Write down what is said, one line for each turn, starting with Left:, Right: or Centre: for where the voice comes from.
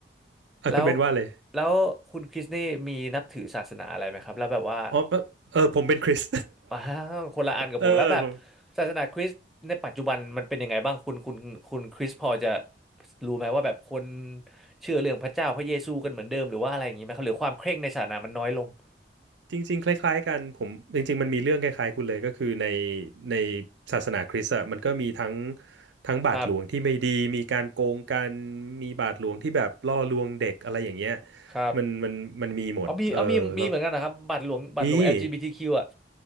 Right: อ่ะคุณเป็นว่าเลย
Centre: แล้วแล้วคุณคริสนี่มีนับถือศาสนาอะไรไหมครับแล้วแบบว่า
Right: อ๋อแบบเออผมเป็นคริส
Centre: อ้าวคนละอันกับผมแล้วแบบ
Right: <laughs> เออผม
Centre: ศาสนาคริสต์ในปัจจุบันมันเป็นยังไงบ้างคุณคุณคุณคริสพอจะรู้ไหมว่าแบบคนเชื่อเรื่องพระเจ้าพระเยซูกันเหมือนเดิมหรือว่าอะไรอย่างนี้ไหมครับหรือความเคร่งในศาสนามันน้อยลง
Right: จริงๆคล้ายๆกันผมจริงๆมันมีเรื่องคล้ายๆคุณเลยก็คือในในศาสนาคริสต์อะมันก็มีทั้งทั้งบาทหลวงที่ไม่ดีมีการโกงกัน
Centre: ครับ
Right: มีบาทหลวงที่แบบล่อลวงเด็กอะไรอย่างเงี้ย
Centre: ครับ
Right: มันมันมันมีหมดเออแล้ว
Centre: เอามีเอามีมีเหมือนกันนะครับบัตรหลวงบัตรหลวง
Right: นี่
Centre: LGBTQ อลจีบีทีคิวอ่ะ